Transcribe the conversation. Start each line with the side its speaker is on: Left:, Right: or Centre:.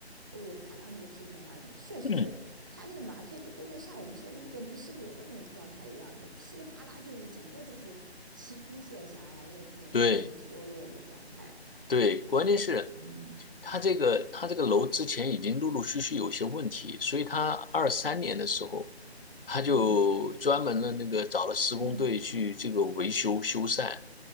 Right: 我看到那个视频了，那确实是它那个瓦片就跟那像我们说的那个泥石流的那种状态一样，
Left: 嗯，
Right: 就噼里啪啦，就是整个就是倾泻下来的那种完全脱落的状态。
Left: 对，对，关键是
Right: 嗯
Left: 他这个他这个楼之前已经陆陆续续有些问题，所以他二三年的时候，他就专门的那个找了施工队去这个维修修缮，
Right: 嗯嗯，